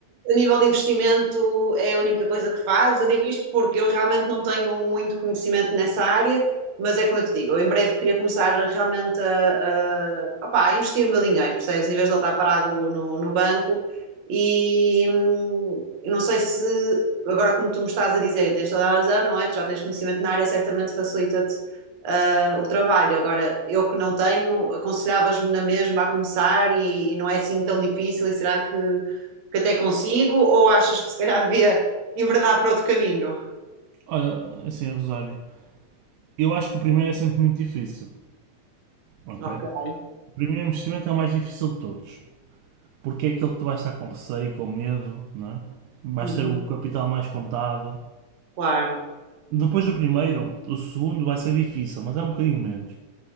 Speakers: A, on the right; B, on the right.
A: a nível de investimento é a única coisa que faz. Eu digo isto porque eu realmente não tenho muito conhecimento nessa área, mas é como eu te digo, eu em breve queria começar realmente a, a, opá, a investir o meu dinheiro, percebes? Em vez de ele estar parado no, no banco. E hum, eu não sei se, agora como tu me estás a dizer, e tens toda a razão, não é? Tu já tens conhecimento na área, certamente facilita-te uh, o trabalho. Agora, eu que não tenho, aconselhavas-me na mesma a começar e, e não é assim tão difícil, e será que, que até consigo? Ou achas que se calhar devia enverdar para outro caminho?
B: Olha, assim, Rosário, eu acho que o primeiro é sempre muito difícil, ok?
A: Ok.
B: O primeiro investimento é o mais difícil de todos. porque é aquele que tu vais estar com receio, com medo, não é? Vais
A: Uhum.
B: ter o capital mais contado.
A: Claro,
B: Depois do primeiro, o segundo vai ser difícil, mas é um bocadinho menos.